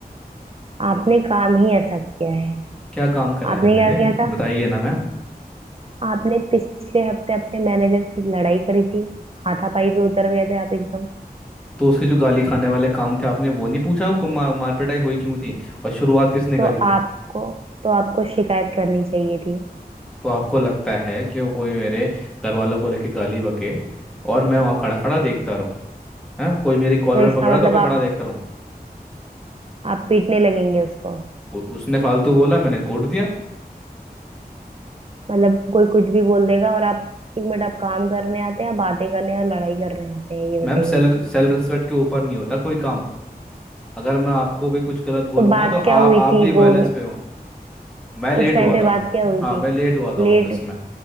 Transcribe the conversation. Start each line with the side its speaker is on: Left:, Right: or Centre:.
Right: आपने काम ही ऐसा किया है
Centre: क्या काम करा
Right: आपने
Centre: है
Right: क्या
Centre: मैंने
Right: किया था
Centre: बताइए ना मैम
Right: आपने पिछले हफ्ते अपने मैनेजर से लड़ाई करी थी हाथापाई पे उतर गए थे आप एकदम
Centre: तो उसके जो गाली खाने वाले काम थे आपने वो नहीं पूछा वो मा, मारपिटाई हुई क्यों थी और शुरुआत किसने
Right: तो
Centre: करी थी
Right: आपको तो आपको शिकायत करनी चाहिए थी
Centre: तो आपको लगता है कि वो कोई मेरे घर वालों को लेके गाली बके और मैं वहाँ खड़ा खड़ा देखता रहूँ है कोई मेरी कॉलर
Right: तो इसका
Centre: पकड़ा
Right: मतलब
Centre: तो मैं
Right: आप
Centre: खड़ा देखता रहूँ
Right: आप पीटने लगेंगे उसको
Centre: उ- उसने फालतू बोला मैंने कोड दिया
Right: मतलब कोई कुछ भी बोल देगा और आप एक मिनट आप काम करने आते हैं या बातें करने या लड़ाई करने आते हैं ये
Centre: मैम
Right: बताइए
Centre: सेल
Right: मुझे
Centre: सेल रिस्पेक्ट के ऊपर नहीं होता कोई काम अगर मैं आपको भी कुछ गलत बोलूंगा
Right: तो बात
Centre: तो आप
Right: क्या हुई
Centre: आप
Right: थी
Centre: भी
Right: वो
Centre: वायलेंस
Right: भी-
Centre: पे हो मैं लेट
Right: उस टाइम
Centre: हुआ
Right: पे
Centre: था
Right: बात क्या हुई
Centre: हाँ
Right: थी
Centre: मैं लेट हुआ था
Right: लेट
Centre: ऑफिस में